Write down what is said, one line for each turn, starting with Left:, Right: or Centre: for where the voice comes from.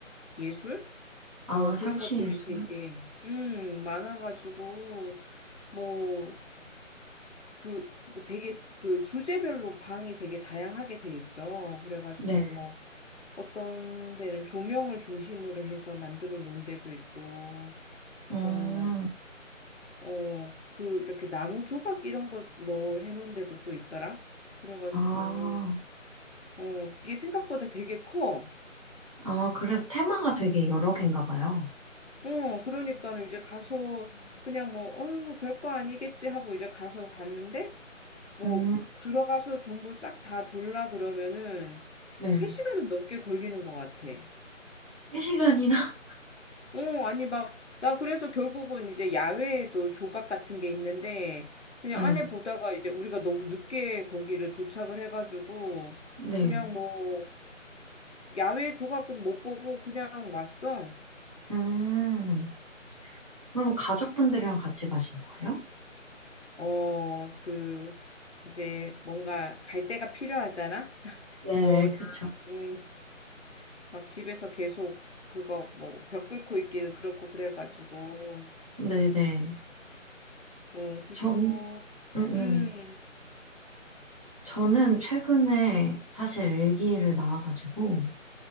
Left: 예술?
Right: 아,
Left: 어,
Right: 설치해서.
Left: 그런 것들이 되게, 음, 많아가지고, 뭐, 그, 뭐 되게 스- 그 주제별로 방이 되게 다양하게 돼 있어. 그래가지고
Right: 네.
Left: 뭐, 어떤 데는 조명을 중심으로 해서 만들어 놓은 데도 있고,
Right: 음,
Left: 뭐, 어, 그, 이렇게 나무 조각 이런 걸로 해놓은 데도 또 있더라. 그래가지고,
Right: 아,
Left: 어, 이게 생각보다 되게 커.
Right: 아, 그래서 테마가 되게 여러 개인가 봐요.
Left: 어, 그러니까는 이제 가서 그냥 뭐, 어, 뭐 별거 아니겠지 하고 이제 가서 갔는데, 뭐,
Right: 음,
Left: 들어가서 전부 싹 다 돌라 그러면은
Right: 네.
Left: 3시간은 넘게 걸리는 것 같아.
Right: 3시간이나? <laughs>
Left: 어, 아니, 막, 나 그래서 결국은 이제 야외에도 조각 같은 게 있는데, 그냥
Right: 네.
Left: 안에 보다가 이제 우리가 너무 늦게 거기를 도착을 해가지고,
Right: 네.
Left: 그냥 뭐, 야외 조각은 못 보고 그냥 왔어.
Right: 음, 그럼 가족분들이랑 같이 가신 거예요?
Left: 어, 그, 이제 뭔가 갈 데가 필요하잖아? <laughs>
Right: 네,
Left: 뭐,
Right: 그쵸.
Left: 음, 막 집에서 계속 그거 뭐, 벽 끓고 있기는 그렇고 그래가지고,
Right: 네네.
Left: 어, 그리고,
Right: 전, 음, 음.
Left: 음,
Right: 저는 최근에 사실 아기를 낳아가지고,